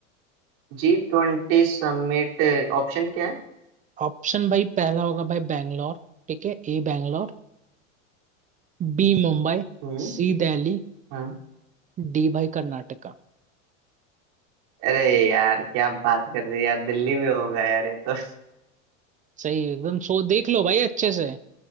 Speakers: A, on the right; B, on the right.
A: जी ट्वेंटी समिट ऑप्शन क्या है
B: ऑप्शन भाई पहला होगा भाई बैंगलोर ठीक है A Bangalore B Mumbai
A: हम्म
B: C Delhi
A: हाँ
B: D भाई कर्नाटका
A: अरे यार क्या बात कर रही है यार दिल्ली में होगा यार ये तो
B: सही एकदम सो देख लो भाई अच्छे से